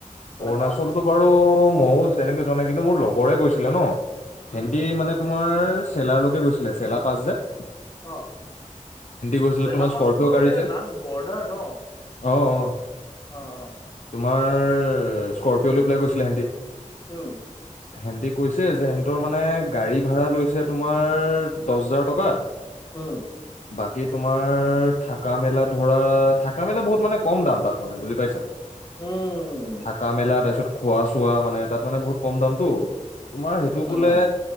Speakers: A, on the left; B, on the left.
A: মানে
B: অৰুণাচলতো
A: পাৰা যায়
B: বাৰু মইয়ো তেনেকে যোৱা নাই কিন্তু মোৰ লগৰে গৈছিলে ন‌,
A: উম
B: হেতি মানে তোমাৰ চেলাৰলৈকে গৈছিলে চেলাৰ পাঁচ হজাৰ।
A: আহ
B: গৈছিলে
A: চেলা
B: তোমাৰ
A: পাষ্ট্তাটো
B: স্কৰপিঅ' গাড়ী
A: একে
B: যে
A: লাষ্ট বৰ্ডাৰ ন
B: অ অ
A: অ অ।
B: তোমাৰ স্কৰপিঅ লৈ পেলাই গৈছিলে হেতি।
A: উম
B: হেটি কৈছে যে হেতৰ মানে গাড়ী ভাড়া লৈছে তোমাৰ দহ হাজাৰ টকা
A: উম
B: বাকী তোমাৰ থাকা মেলা ধৰা থাকা মেলা বহুত মানে কম দাম তাত মানে বুজি পাইছা।
A: উম।
B: থাকা মেলা তাৰপিছত খোৱা চোৱা মানে তাত মানে বহুত কম দামতটো, তোমাৰ সেইটো বোলে
A: অ